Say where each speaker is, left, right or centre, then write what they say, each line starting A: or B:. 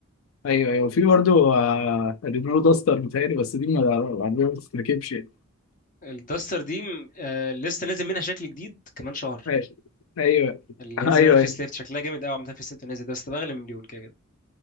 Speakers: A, on the left; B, on the left.
A: ايوه ايوه في برضه آه، رينو داستر بتهيألي بس دي ما العربية ما بتتركبش يعني.
B: الداستر دي م- آه، لسه نازل منها شكل جديد كمان شهر
A: ايوه ايوه
B: اللي
A: آه،
B: هينزل
A: ايوه
B: منها فيس
A: أيوة.
B: ليفت شكلها جامد قوي عامة فيس ليفت نازل ده بس بأغلى من مليون كده كده